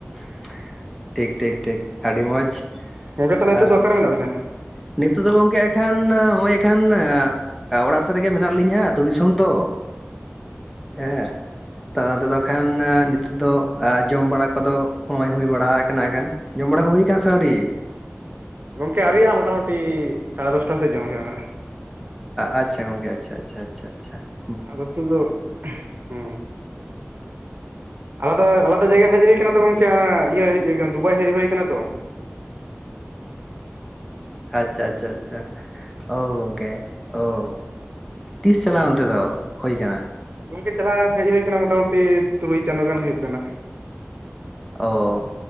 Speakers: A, in the centre; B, on the right (about 45°).
A: <inaudible> ᱴᱷᱤᱠ ᱴᱷᱤᱠ ᱴᱷᱤᱠ ᱟᱹᱰᱤ ᱢᱚᱡᱽ ᱾
B: ᱜᱚᱝᱠᱮ ᱛᱟᱦᱚᱞᱮ ᱱᱤᱛᱚᱜ
A: <inaudible>
B: ᱫᱚ ᱚᱠᱟᱨᱮ ᱢᱮᱱᱟᱜ ᱵᱤᱱᱟ
A: ᱱᱤᱛᱚᱜ ᱫᱚ ᱜᱚᱝᱠᱮ ᱮᱠᱷᱟᱱ ᱱᱚᱜᱼᱚᱭ ᱮᱠᱷᱟᱱ ᱟᱨ ᱚᱲᱟᱜ ᱥᱮᱫ ᱨᱮᱜᱮ ᱢᱮᱱᱟᱜ ᱞᱤᱧᱟ ᱟᱹᱛᱩ ᱫᱤᱥᱚᱢ ᱫᱚ᱾
B: ᱟᱪ <unintelligible>
A: ᱮ ᱦᱮᱸ ᱾ <unintelligible> ᱛᱮᱫᱚ ᱦᱟᱜ ᱮᱠᱷᱟᱱ ᱱᱤᱛᱚᱜ ᱫᱚ ᱡᱚᱢ ᱵᱟᱲᱟ ᱠᱚᱫᱚ ᱱᱚᱜᱼᱚᱭ ᱦᱩᱭ ᱵᱟᱲᱟ ᱟᱠᱟᱱᱟ ᱦᱟᱜ ᱠᱷᱟᱱ ᱾ ᱡᱚᱢ ᱵᱟᱲᱟ ᱠᱚ ᱦᱩᱭ ᱟᱠᱟᱱᱟ ᱥᱮ ᱟᱣᱨᱤ?
B: ᱜᱚᱝᱠᱮ ᱟᱹᱣᱨᱤᱭᱟᱜᱼᱟ ᱢᱚᱴᱟ ᱢᱩᱴᱤ ᱥᱟᱲᱮ ᱫᱚᱥᱴᱟ ᱥᱮᱫ ᱡᱚᱢ ᱦᱩᱭᱩᱜᱼᱟ ᱱᱟᱜ ᱾
A: ᱟᱪᱪᱷᱟ ᱜᱚᱝᱠᱮ, ᱟᱪᱪᱷᱟ ᱟᱪᱪᱷᱟ ᱟᱪᱪᱷᱟ ᱟᱪᱪᱷᱟ ᱾
B: ᱟᱫᱚ ᱱᱤᱛᱳᱜ ᱫᱚ, ᱦᱩᱸ ᱾ ᱟᱞᱟᱫᱟ, ᱟᱞᱟᱫᱟ ᱡᱟᱭᱜᱟ ᱦᱮᱡ ᱦᱩᱭ ᱟᱠᱟᱱᱟ ᱛᱚ ᱜᱚᱝᱠᱮ, ᱤᱭᱟᱹ ᱦᱮᱡ ᱦᱩᱭ ᱫᱩᱵᱟᱭ ᱦᱮᱡ ᱦᱩᱭ ᱟᱠᱟᱱᱟ ᱛᱚ ᱾
A: ᱟᱪᱪᱷᱟ ᱟᱪᱪᱷᱟ ᱟᱪᱪᱷᱟ, ᱚ ᱜᱚᱝᱠᱮ ᱚ ᱾ ᱛᱤᱥ ᱪᱟᱞᱟᱣ ᱚᱱᱛᱮ ᱫᱚ ᱦᱩᱭ ᱟᱠᱟᱱᱟ?
B: ᱜᱚᱝᱠᱮ ᱪᱟᱞᱟᱜ ᱦᱮᱡ ᱦᱩᱭ ᱟᱠᱟᱱᱟ ᱢᱚᱴᱟᱢᱩᱴᱤ ᱛᱩᱨᱩᱭ ᱪᱟᱸᱫᱳ ᱜᱟᱱ ᱦᱩᱭᱩᱜ ᱠᱟᱱᱟ ᱾
A: ᱚ